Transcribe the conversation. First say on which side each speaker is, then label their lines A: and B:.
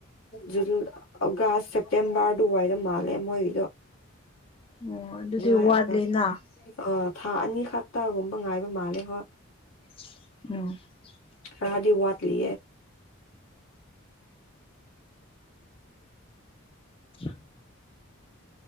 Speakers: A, on the left; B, on the left.
A: ꯖꯨꯟ ꯑꯣꯒꯁ ꯁꯦꯞꯇꯦꯝꯕꯔ ꯑꯗꯨꯋꯥꯏꯗ ꯃꯥꯜꯂꯦ ꯃꯣꯏꯒꯤꯗꯣ
B: ꯑꯣ ꯑꯗꯨꯗꯤ
A: ꯖꯨꯂꯥꯏ
B: ꯋꯥꯠꯂꯤꯅ
A: ꯑꯥꯒꯁ ꯑ ꯊꯥ ꯑꯅꯤꯈꯛꯇꯒꯨꯝꯕ ꯉꯥꯏꯕ ꯃꯥꯜꯂꯦ ꯍꯣꯏ
B: ꯑ
A: ꯈꯔꯥꯗꯤ ꯋꯥꯠ ꯂꯤ
B: ꯎꯝ